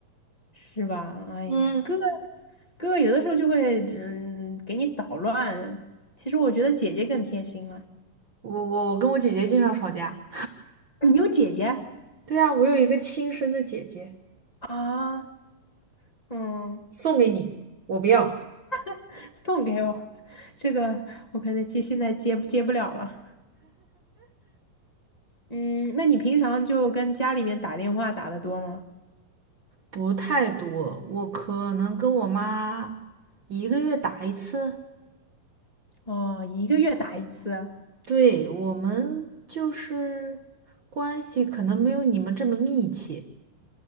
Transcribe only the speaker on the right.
嗯，
我我我跟我姐姐经常吵架，
对啊，我有一个亲生的姐姐，
送给你，我不要。
不太多，我可能跟我妈一个月打一次。
对，我们就是关系可能没有你们这么密切。